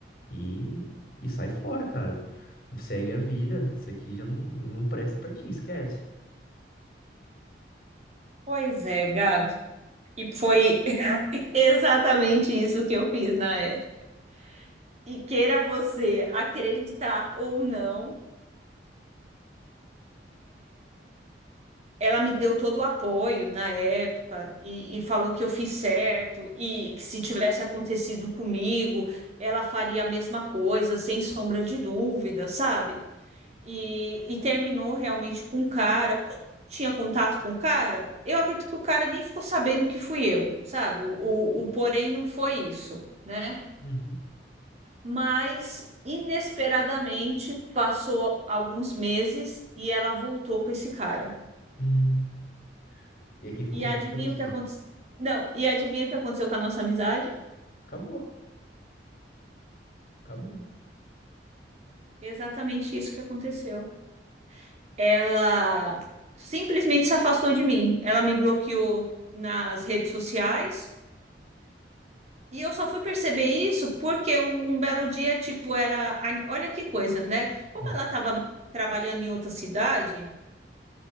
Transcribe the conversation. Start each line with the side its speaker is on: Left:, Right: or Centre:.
Left: E, e sai fora, cara. Segue a vida. Isso aqui já não, não presta pra ti, esquece.
Right: Pois é, Gabi. E foi <laughs> exatamente isso que eu fiz na época. E queira você acreditar ou não, ela me deu todo o apoio na época e, e falou que eu fiz certo e que se tivesse acontecido comigo, ela faria a mesma coisa, sem sombra de dúvida, sabe? e, e terminou realmente com o cara. Como Tinha contato com o cara? Eu acredito que o cara nem ficou sabendo que fui eu, sabe? O, o porém não foi isso, né?
Left: Uhum.
Right: Mas inesperadamente passou alguns meses e ela voltou com esse cara.
Left: Hum. E aí quem ficou
Right: E
Left: queimado
Right: adivinha
Left: foi você.
Right: o que aconteceu? Não, e adivinha o que aconteceu com a nossa amizade?
Left: Acabou, acabou.
Right: Exatamente isso que aconteceu. Ela simplesmente se afastou de mim. Ela me bloqueou nas redes sociais E eu só fui perceber isso porque um, um belo dia, tipo, era. a- Olha que coisa, né? Como
Left: Hum.
Right: ela estava trabalhando em outra cidade,